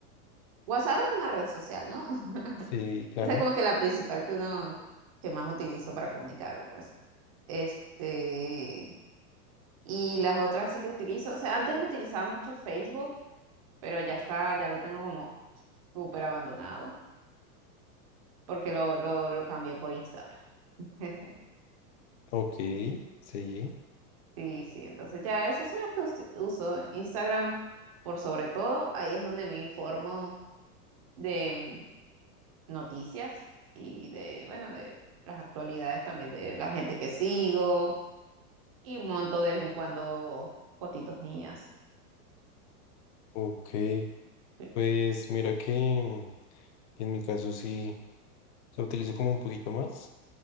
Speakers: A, on the right; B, on the left.
A: WhatsApp es una red social, ¿no? <laughs>
B: Sí, claro.
A: Esa es como que la principal que uno, que más utilizo para comunicarme, pues. Este, y las otras sí que utilizo. O sea, antes utilizaba mucho Facebook, pero ya está, ya lo tengo como súper abandonado, porque lo, lo, lo cambié por Instagram. <laughs>
B: Ok, sí,
A: Sí, sí, entonces ya esas son las que us- uso. Instagram, por sobre todo, ahí es donde me informo de mm, noticias y de, bueno, de las actualidades también de la gente que sigo y monto de vez en cuando fotitos mías.
B: ok.
A: Sí,
B: Pues mira que mm, en mi caso sí se utilizo como un poquito más.